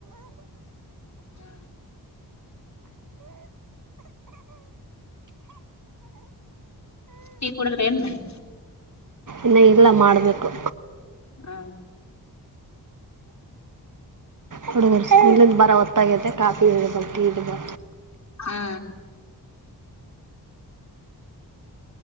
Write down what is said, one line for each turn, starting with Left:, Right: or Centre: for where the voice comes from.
Left: ಹ್ಮ ಟೀ ಕುಡಿದ್ರೆ ಏನ್ ಮಾಡಿ.
Right: ಇನ್ನ ಇಲ್ಲ ಮಾಡಬೇಕು.
Left: ಹಾ.
Right: ಹಡುಗರುಕ ಇಲ್ಲಿಂದ ಬರೋ ಒತ್ತಾಗೈತೆ ಕಾಫಿ ಇಡಬು ಟಿ ಇಡ್ಬು.
Left: ಹಾ